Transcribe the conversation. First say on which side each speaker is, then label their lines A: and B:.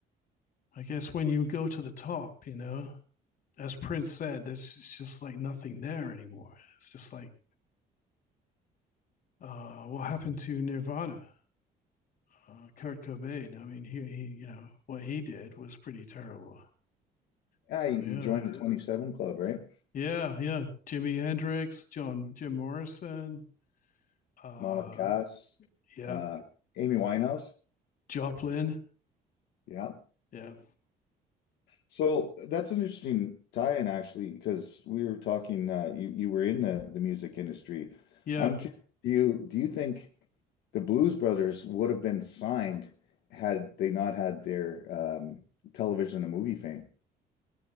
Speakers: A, on the left; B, on the left.
A: I guess, when you go to the top. You know, as Prince said, there's just like nothing there anymore. It's just like uh, what happened to Nirvana. Uh, Kurt Cobain. I mean, he, he, you know, what he did was pretty terrible.
B: Yeah,
A: So
B: he,
A: yeah,
B: he joined the Yeah. 27 Club, right?
A: Yeah, yeah. Jimi Hendrix, John Jim Morrison, uh
B: Mama Cass,
A: yeah,
B: uh, Amy Winehouse.
A: Joplin.
B: Yeah.
A: Yeah.
B: So that's an interesting tie-in actually, because we were talking uh, you you were in the, the music industry.
A: Yeah.
B: I'm curious, do you do you think the Blues Brothers would have been signed had they not had their um, television and movie fame?